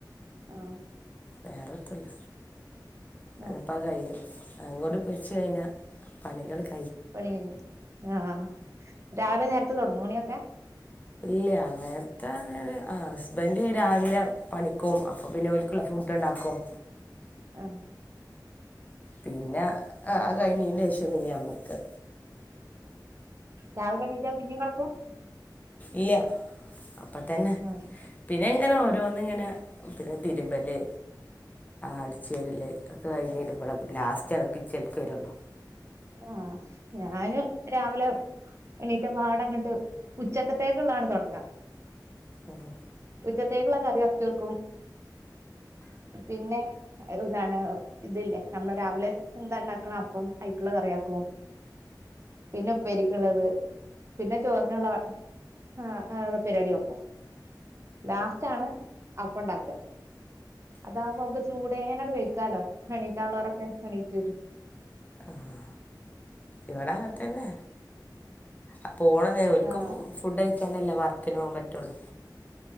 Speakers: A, on the right; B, on the left.
A: ആ
B: വേറെത്തുല്ല അത്
A: ആഹ്
B: ഇപ്പെ കയ്യിഞ്ഞു അങ്ങോട്ട് പെരിച്ച് കഴിഞ്ഞ പണികൾ ഒക്കെ
A: പണി കഴിഞ്ഞു ആ ആ രാവിലെ നേരത്ത് തുൊടങ്ങു പണിയൊക്കെ
B: ഇല്ല നേരത്തെ അങ്ങനെ ആ ഹസ്ബൻഡ് രാവിലെ പണിക്ക് പോവും അപ്പൊ പിന്നെ ഒല്ക്ക് ഉള്ള ഫു ഡ്ഉണ്ടാക്കും
A: ആ
B: പിന്നെ ആ കഴിഞ്ഞീന്റെ ശേഷം പിന്നെ ഞമ്മക്ക്
A: രാവിലെ എണീട്ടാ പിന്നെയും കടക്കും
B: ഇല്ല അപ്പ തന്നെ
A: ആഹ്
B: പിന്നെ അങ്ങനെ ഓരോന്ന ഇങ്ങനെ പിന്നെ തിരുമ്പല് അടിച്ചേരൽ ഒക്കെ കഴിഞ്ഞഞ് വരുമ്പോള ലാസ്റ്റ് കിച്ചൺക്ക് വരും
A: ആ ഞാന് രാവിലെ എണീറ്റ പാടങ്ങോട്ട് ഉച്ചക്കത്തേക്കള്ളാണ് തുടങ്ങ
B: ആഹ
A: ഉച്ചക്കത്തേക്കുള്ള കറി വെച്ച് വെക്കും പിന്നെ ഇതാണ് ഇതില്ലേ നമ്മള് രാവിലെ എന്താ ഉണ്ടാക്കണം അപ്പം അയ് ഉള്ള കറിയാക്കും പിന്നെ ഉപരിക്കുള്ളത് പിന്നെ ചോറിനുള്ള വ ആ ആ പരിവാടി നോക്കും ലാസ്റ്റ് ആണ് അപ്പം ഇണ്ടാക്ക അതാവുമ്പോ നമുക്ക് ചൂടേനട് കഴിക്കാലോ എണീക്കൻ ഉള്ളവരൊക്കെ എണീറ്റ് വരും
B: ആഹ ഇവിടെ അങ്ങനെത്ത തന്നെ അ പോണ നേരം ഒൽക്കും
A: ആഹ്
B: ഫുഡ് കഴിക്കാനല് വർക്കന് പോകൻ പറ്റുള്ളൂ